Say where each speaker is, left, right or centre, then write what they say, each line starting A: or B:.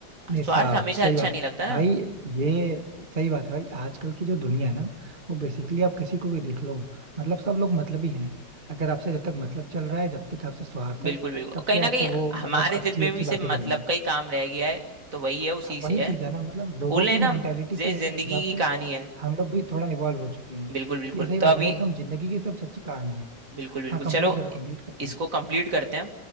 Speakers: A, on the right (about 30°); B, on the right (about 50°).
A: निस्वार्थ
B: स्वार्थ हमेशा
A: सही
B: अच्छा
A: बात
B: नहीं लगता
A: भाई
B: ना
A: ये सही बात है भाई आजकल की जो दुनिया है ना वो बेसिकली आप किसी को भी देख लो मतलब सब लोग मतलबी हैं अगर आपसे जब तक मतलब चल रहा है जब तक आपसे स्वार्थ
B: बिल्कुल
A: है
B: बिल्कुल
A: तब
B: कहीं
A: से
B: ना
A: आपसे
B: कहीं
A: वो
B: हमारे
A: मतलब अच्छी
B: दिल में
A: अच्छी
B: भी सिर्फ
A: बातें
B: मतलब
A: करेंगे
B: का ही काम रह गया है तो वही है उसी
A: हाँ वही
B: से है
A: चीज है ना मतलब लोगों
B: बोल रहे
A: की
B: हैं
A: मेंटेलिटी
B: ना हम, ये
A: के हिसाब
B: जिंदगी की
A: से
B: कहानी है
A: हम लोग भी थोड़ा इवॉल्व हो चुके हैं
B: बिल्कुल बिल्कुल
A: ये सही
B: तो
A: बात
B: अभी
A: है भाई एकदम जिंदगी की एकदम सच्ची कहानी है
B: बिल्कुल बिल्कुल
A: हाँ कंप्लीट
B: चलो
A: करो कंप्लीट करो भाई
B: इसको कंप्लीट करते हैं